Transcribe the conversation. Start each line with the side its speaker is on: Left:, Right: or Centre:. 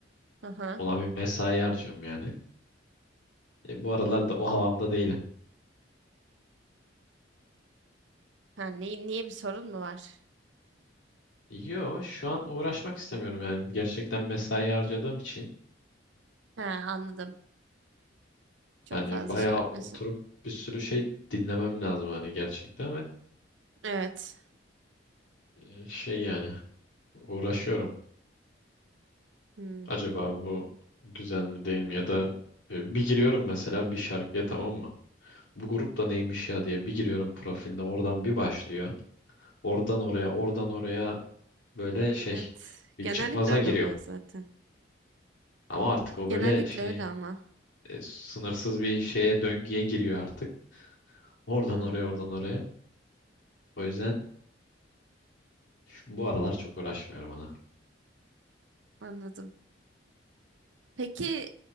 Right: Aha.
Left: Ona bir mesai harcıyorum yani. E, bu aralar da o havamda değilim.
Right: Ha, ni- niye bir sorun mu var?
Left: Yo, şu an uğraşmak istemiyorum yani. Gerçekten mesai harcadığım için
Right: Ha, anladım. Çok
Left: hani
Right: fazla
Left: bayağı
Right: şey yapmasın.
Left: oturup bir sürü şey dinlemem lazım hani gerçekten ve
Right: Evet.
Left: e, şey yani uğraşıyorum.
Right: Hmm.
Left: Acaba bu güzel mi değil mi ya da e, bir giriyorum mesela bir şarkıya tamam mı? Bu grup da neymiş ya diye bir giriyorum profiline oradan bir başlıyor. Oradan oraya oradan oraya böyle şey
Right: Evet.
Left: bir
Right: Genellikle
Left: çıkmaza
Right: öyle
Left: giriyorum.
Right: oluyor zaten.
Left: Ama artık o
Right: Genellikle
Left: böyle şey
Right: öyle ama.
Left: e, sınırsız bir şeye döngüye giriyor artık. Oradan
Right: Hmm,
Left: oraya oradan oraya. O yüzden şu, bu aralar çok uğraşmıyorum ana.
Right: anladım. Peki